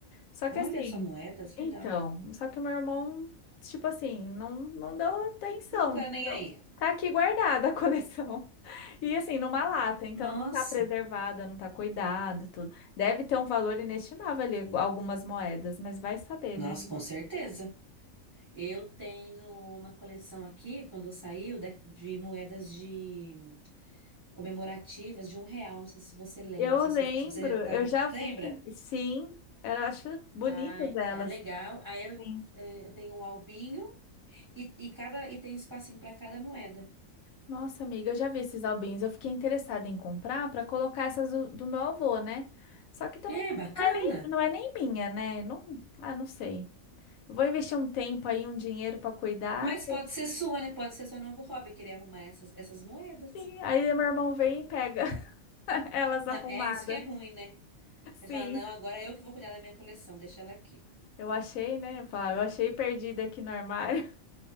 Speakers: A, on the left; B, on the right.
A: Só
B: Olha
A: que assim,
B: só, moedas,
A: então,
B: legal.
A: só que o meu irmão, tipo assim, não, não deu atenção,
B: Não tá
A: entendeu?
B: nem aí.
A: Tá aqui guardada a coleção. <laughs> E assim, numa lata, então
B: Nossa,
A: não tá preservada, não tá cuidado, tudo. Deve ter um valor inestimável ali, algumas moedas, mas vai saber,
B: nossa,
A: né?
B: com certeza. Eu tenho uma coleção aqui, quando saiu, da- de moedas de. comemorativas de um real. Não sei se você lembra,
A: Eu
B: se,
A: lembro,
B: você se você já estava.
A: eu já vi,
B: Lembra?
A: sim, eu acho bonitas
B: Ai,
A: elas.
B: é legal. Aí eu,
A: sim.
B: é, eu tenho um albinho e, e cada e tem espacinho para cada moeda.
A: Nossa, amiga, eu já vi esses albinhos. Eu fiquei interessada em comprar para colocar essas do, do meu avô, né? Só que também
B: É
A: não
B: bacana.
A: não é nem, não é nem minha, né? Não, ah, não sei. Vou investir um tempo aí, um dinheiro para cuidar.
B: Mas pode ser sua, né? Pode ser seu novo hobby, querer arrumar essas, essas moedas.
A: Sim. Aí meu irmão vem e pega <laughs> elas
B: Não,
A: arrumadas.
B: é isso que é ruim, né? Aí
A: Sim.
B: você fala, não, agora é eu que vou cuidar da minha coleção, deixa ela aqui.
A: Eu achei, né? Eu falo, eu achei perdida aqui no armário.